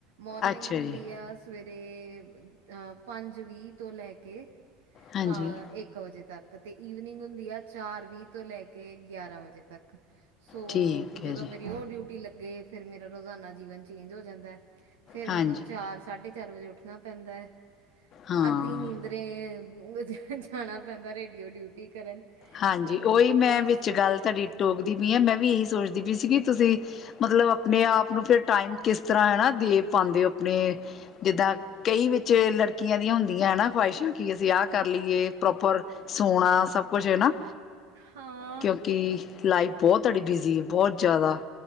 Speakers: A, on the right (about 85°); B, on the left (about 45°).
A: ਮਾਰਨਿੰਗ
B: ਅੱਛਾ
A: ਹੁੰਦੀ
B: ਜੀ
A: ਆ- ਸਵੇਰੇ ਪੰਜ ਵੀਹ ਤੋਂ ਲੈ ਕੇ
B: ਹਾਂਜੀ
A: ਅ ਇੱਕ ਇੱਕ ਵਜੇ ਤੱਕ, ਤੇ ਈਵਨਿੰਗ ਹੁੰਦੀ ਆ ਚਾਰ ਵੀਹ ਤੋਂ ਲੈ ਕੇ ਗਿਆਰਾਂ ਵਜੇ ਤੱਕ ਸੋ
B: ਠੀਕ
A: ਜਦੋਂ
B: ਹੈ ਜੀ
A: ਮੇਰੀ ਉਹ ਡਿਊਟੀ ਲੱਗੇ ਫੇਰ ਮੇਰਾ ਰੋਜ਼ਾਨਾ ਜੀਵਨ ਚੇਂਜ ਹੋ ਜਾਂਦਾ। ਫੇਰ
B: ਹਾਂਜੀ
A: ਮੈਨੂੰ ਚਾਰ, ਸਾਢੇ ਚਾਰ ਵਜੇ ਉੱਠਣਾ ਪੈਂਦਾ ਹੈ
B: ਹਾਂ
A: ਅੱਧੀ ਨੀਂਦ ਫੇਰ ਏ ਉੱਧਰ ਜਾਣਾ ਪੈਂਦਾ ਰੇਡੀਓ ਡਿਊਟੀ ਕਰਨ।
B: ਹਾਂਜੀ
A: ਤੇ
B: ਉਹੀ ਮੈਂ
A: ਬਸ
B: ਵਿੱਚ ਗੱਲ ਤੁਹਾਡੀ ਟੋਕਦੀ ਪਈ ਹਾਂ, ਮੈਂ ਵੀ ਇਹੀ ਸੋਚਦੀ ਪਈ ਸੀਗੀ ਤੁਸੀਂ ਮਤਲਬ ਆਪਣੇ ਆਪ ਨੂੰ ਫੇਰ ਟਾਈਮ ਕਿਸ ਤਰਾਂ ਹੈ ਨਾ, ਦੇਵ ਪਾਉਂਦੇ ਹੋ ਆਪਣੇ ਜਿੱਦਾਂ ਕਈ ਵਿੱਚ ਲੜਕੀਆਂ ਦੀਆਂ ਹੁੰਦੀਆਂ ਹਨਾ। ਖਵਾਹਿਸ਼ਾਂ ਕਿ ਅਸੀਂ ਆਹ ਕਰ ਲਈਏ ਪ੍ਰੋਪਰ ਸੋਣਾ ਸਭ ਕੁਛ ਨਾ
A: ਹਾਂ
B: ਕਿਉਂਕਿ ਲਾਈਫ ਬਹੁਤ ਤੁਹਾੜੀ ਬਿਜੀ ਹੈ ਬਹੁਤ ਜ਼ਿਆਦਾ।